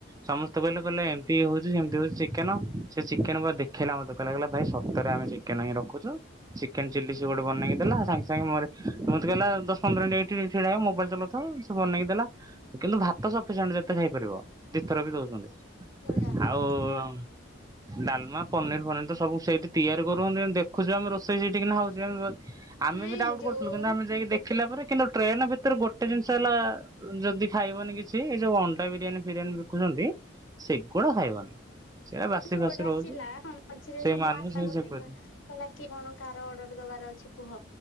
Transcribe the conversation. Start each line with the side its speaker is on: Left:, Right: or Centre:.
Right: ସମସ୍ତେ କହିଲେ କହିଲେ ଏମିତି ହଉଛି ସେମିତି ହଉଛି ଚିକେନ ସେ ଚିକେନ ପ ଦେଖେଇଲା ମତେ କହିଲା କହିଲ ଭାଇ ସତରେ ଆମେ ଚିକେନ ହିଁ ରଖୁଛୁ ଚିକେନ ଚିଲ୍ଲି ସେ ଗୋଟେ ବନେଇକି ଦେଲା ସାଙ୍ଗେ ସାଙ୍ଗେ ମୋ ମତେ କହିଲା ଦଶ ପନ୍ଦର ମିନିଟ୍ ଏଇଠି ଟିକେ ଛିଡାହେଇ ମୋବାଇଲ ଚଲଉଥାଅ ସେ ବନେଇକି ଦେଲା କିନ୍ତୁ ଭାତ ସଫିସେଣ୍ଟ ଯେତେ ଖାଇପାରିବ। ଦିଥର ବି ଦଉଛନ୍ତି।
Left: ମୁଁ ଜାଣିନି
Right: ଆଉ ଡାଲମା ପନିର ଫନିର ତ ସବୁ ସେଇଠି ତିଆରି କରୁହନ୍ତି ଦେଖୁଛୁ ଆମେ ରୋଷେଇ ସେଇଠି କିିନା ହଉଛି ଆମେ
Left: ନାଇଁ
Right: ବି ଡାଉଟ
Left: ଯୋଉ
Right: କରୁଥିଲୁ କିନ୍ତୁ ଆମେ ଯାଇକି ଦେଖି ଥିଲା ପରେ କିନ୍ତୁ ଟ୍ରେନ ଭିତରେ ଭିତରେ ଗୋଟେ ଜିନିଷ ହେଲା ଯଦି ଖାଇବନି କିଛି ଏଇ ଯୋଉ ଅଣ୍ଡା ବିରିୟାନୀ ବିରିୟାନୀ ବିକୁଛନ୍ତି ସେଗୁଡ଼ା ଖାଇବନି। ସେଇଟା ବାସି
Left: ଯୋଉଟା
Right: ଫାସି ରହୁଛି
Left: ଆସିଲା ମଝିରେ
Right: ସେଇମାନଙ୍କୁ
Left: ସ ନ ଆସା
Right: ସେଇ
Left: ଗୋଟେ
Right: ସେପାରି
Left: କହିଲା କି କଣ କାହାର ଅର୍ଡର ଦବାର ଅଛି କୁହ।